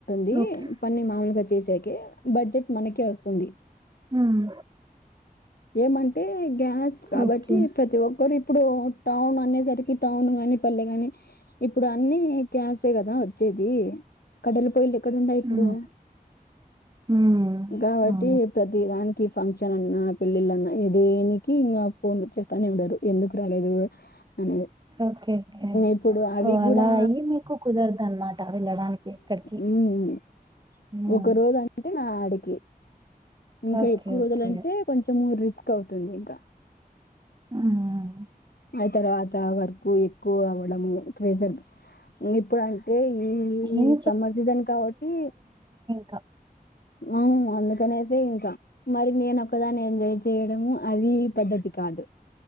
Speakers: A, on the left; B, on the right.
A: దీ
B: ఓకే
A: పని మామలుగా చేసాకే బడ్జెట్ మనకే వస్తుంది
B: ఉమ్
A: ఏమైంది ఐతే గ్యాస్ కాబట్టి
B: ఓకే
A: ప్రతి ఒక్కరు ఇప్పుడు టౌన్ అనేసరికి టౌన్ ని పల్లె గాని ఇప్పుడు అన్ని గ్యాసే కదా వచ్చేది కట్టేల పొయ్యి ఇక్కడండయి ఇప్పుడు
B: ఉమ్ ఉమ్
A: గాబట్టి
B: అవును
A: ప్రతి దానికి ఫంక్షన్ అన్నా పెళ్ళిళ్ళఅన్నా ఏ దేనికి ఇంగా ఫోన్లు చేస్తానే వచ్చేస్తాని ఉండరు ఎందుకు రాలేదు అనేది
B: ఓకేకే
A: ఇప్పుడు
B: సో
A: అవి కూడా
B: అలా అయ్యి మీకు కుదరదు అన్నమాట వెళ్ళడానికి ఎక్కడికి
A: హమ్
B: ఉమ్
A: ఒక రోజు అంటే నా గే ఇంకా
B: ఓకే
A: ఎక్కువ రోజులంటే
B: ఓకే
A: కొంచెము రిస్క్ కవుతుంది ఇంక
B: ఉమ్
A: ఆ తర్వాత వర్క్ ఎక్కువ అవ్వడం ప్రెజెంట్ ఇంగ ఇప్పుడు అంటే ఈ
B: ఏం
A: ఈ సమ్మర్ సీజన్ కాబట్టి
B: క్క
A: ఉమ్ అందుకనేసే ఇంకా మరి నేను ఒక్కదాన్ని ఎంజాయ్ చేయడము అదీ పద్ధతి కాదు